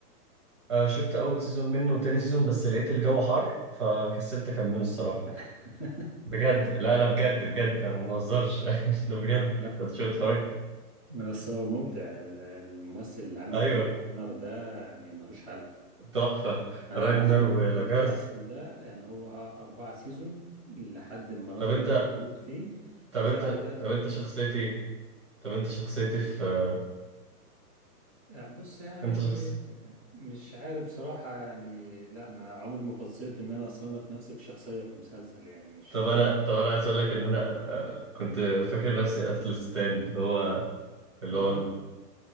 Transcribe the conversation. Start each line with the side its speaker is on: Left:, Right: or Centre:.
Right: آه، شفت اول سيزون منه وتاني سيزون بس لقيت الجو حر فكسلت اكمله الصراحه
Left: <laughs>
Right: بجد لا لا بجد بجد أنا ما بهزرش <laughs> ده بجد
Left: آه، لا
Right: انت شو اتفرجت
Left: لا، <laughs> بس هو ممتع ال- الممثل اللي عامل
Right: ايوه
Left: دور راجنر ده يعني ملوش حل
Right: تحفه
Left: أنا
Right: راجنر
Left: عايز أقول
Right: ولاجارث
Left: لك برضو المسلسل ده يعني هو آه أربعة سيزون لحد ما راجنر
Right: طب انت
Left: بيموت فيه
Right: طب
Left: وتلاقي
Right: انت
Left: بعد كده
Right: طب انت شخصيتي
Left: مم.
Right: ايه طب انت شخصيتي في آه،
Left: آه، بص يعني
Right: انت شخص
Left: مش عارف بصراحة يعني لا ما عمري ما فصيت ان انا اصنف نفسي كشخصية في مسلسل يعني مش
Right: طب انا طب انا عايز اقول لك ان انا آه، كنت فاكر نفسي اثلستان اللي هو اللي
Left: الراهب
Right: هو
Left: <laughs>